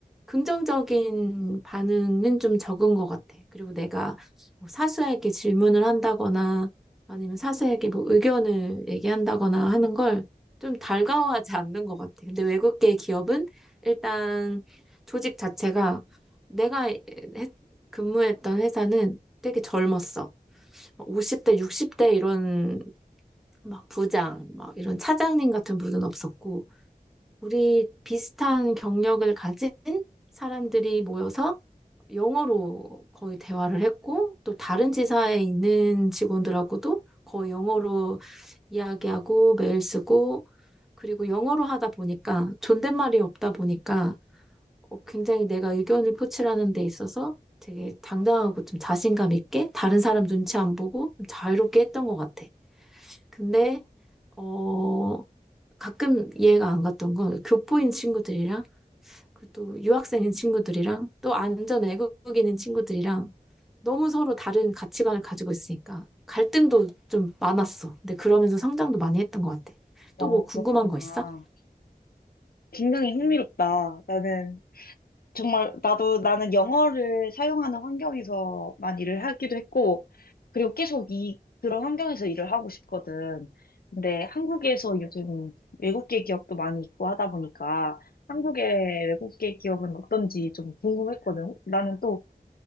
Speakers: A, in the centre; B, on the left (about 75°).
A: 긍정적인 반응은 좀 적은 것 같아. 그리고 내가 뭐 사수에게 질문을 한다거나 아니면 사수에게 뭐 의견을 얘기한다거나 하는 걸 좀 달가워하지 않는 것 같아. 근데 외국계 기업은 일단 조직 자체가 내가 했- 근무했던 회사는 되게 젊었어. 50대, 60대 이런 막 부장, 막 이런 차장님 같은 분은 없었고, 우리 비슷한 경력을 가진 사람들이 모여서 영어로 거의 대화를 했고, 또 다른 지사에 있는 직원들하고도 거의 영어로 이야기하고 메일 쓰고, 그리고 영어로 하다 보니까 존댓말이 없다 보니까 어, 굉장히 내가 의견을 표출하는 데 있어서 되게 당당하고 좀 자신감 있게 다른 사람 눈치 안 보고 좀 자유롭게 했던 것 같아. 근데 어 가끔 이해가 안 갔던 건 교포인 친구들이랑 그리고 또 유학생인 친구들이랑 또 안전 외국인인 친구들이랑 너무 서로 다른 가치관을 가지고 있으니까 갈등도 좀 많았어. 근데 그러면서 성장도 많이 했던 것 같아.
B: 어,
A: 또 뭐 궁금한
B: 그렇구나.
A: 거 있어?
B: 굉장히 흥미롭다. 나는 정말 나도 나는 영어를 사용하는 환경에서만 일을 하기도 했고, 그리고 계속 이 그런 환경에서 일을 하고 싶거든. 근데 한국에서 요즘 외국계 기업도 많이 있고 하다 보니까 한국의 외국계 기업은 어떤지 좀 궁금했거든. 나는 또